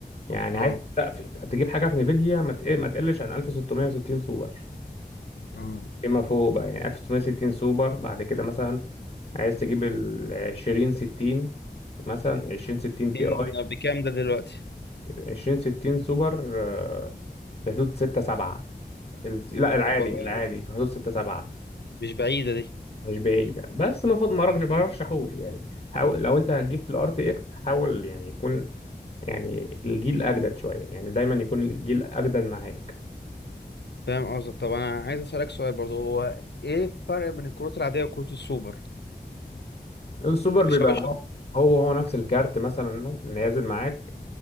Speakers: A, on the left; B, on the left.
A: يعني
B: اه
A: عايز لا في... تجيب حاجة في نيفيديا ما, ت... ما تقلش عن 1660 سوبر
B: اه
A: فيما فوق بقى يعني 1660 سوبر بعد كده مثلا عايز تجيب ال 20 60 مثلا 20 60
B: ستين
A: تي اي
B: بكام ده دلوقتي
A: 20 60 سوبر آه، في حدود 6 7 لا العادي
B: طب والله
A: العادي في حدود 6 7
B: مش بعيدة دي
A: مش بعيد بس ما فض ما رج- ما رشحوش يعني حاول لو انت هتجيب في الار تي اكس حاول يعني يكون يعني الجيل اجدد شويه يعني دايما يكون الجيل اجدد معاك
B: فاهم قصدك طب انا عايز اسالك سؤال برضه هو ايه الفرق بين الكروت العاديه وكروت السوبر
A: السوبر
B: الشباشب
A: بيبقى هو هو هو نفس الكارت مثلا نازل معاك